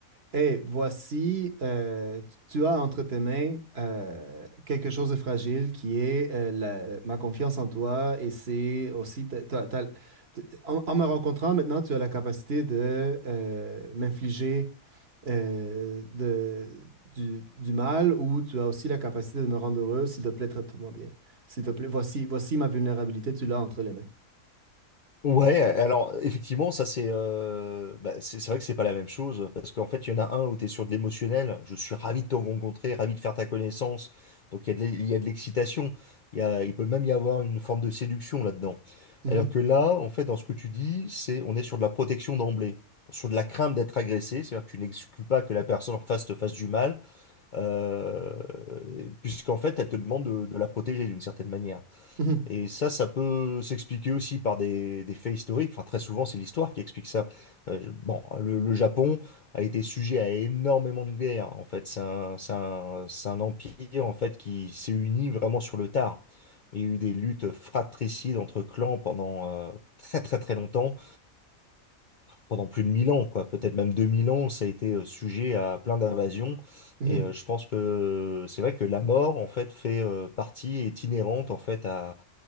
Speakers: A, on the right (about 45°); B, on the left (about 45°).
A: Et voici, euh, tu tu as entre tes mains euh, quelque chose de fragile qui est euh, la- ma confiance en toi et c'est aussi, t'as- t'as- t'as- t- en, en me rencontrant maintenant, tu as la capacité de euh, m'infliger euh, de- du, du mal ou tu as aussi la capacité de me rendre heureux. S'il te plaît, traite-moi bien. S'il te plaît, voici, voici ma vulnérabilité, tu l'as entre les mains.
B: Ouais, alors effectivement, ça c'est euh, bah, c'est c'est vrai que c'est pas la même chose parce qu'en fait, il y en a un où tu es sur de l'émotionnel. Je suis ravi de te rencontrer, ravi de faire ta connaissance. Donc il y a de l'e- il y a de l'excitation. Il y a, il peut même y avoir une forme de séduction là-dedans.
A: Mhm,
B: Alors que là, en fait, dans ce que tu dis, c'est on est sur de la protection d'emblée, sur de la crainte d'être agressé. C'est-à-dire que tu n'exclus pas que la personne en face te fasse du mal. euh, puisqu'en fait, elle te demande de, de la protéger d'une certaine manière.
A: mhm,
B: Et ça, ça peut s'expliquer aussi par des, des faits historiques. Enfin, très souvent, c'est l'histoire qui explique ça. Euh, je- bon, le, le Japon a été sujet à énormément de guerres. En fait, c'est un, c'est un, c'est un empire en fait qui s'est uni vraiment sur le tard. Il y a eu des luttes fratricides entre clans pendant euh, très très très longtemps pendant plus de 1000 ans, quoi, peut-être même 2000 ans, ça a été euh, sujet à plein d'invasions.
A: mhm.
B: Et euh, je pense que euh, c'est vrai que la mort, en fait, fait euh, partie, est inhérente, en fait, à,